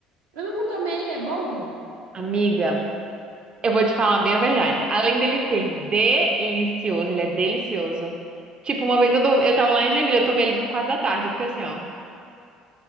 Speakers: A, on the right; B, on the right.
A: Eu nunca tomei, é bom?
B: Amiga. Eu vou te falar bem a verdade. Além dele ser delicioso, ele é delicioso. Tipo, uma vez eu, do- eu tava lá em Joinville, eu tomei ele tipo 4 da tarde, porque assim, ó,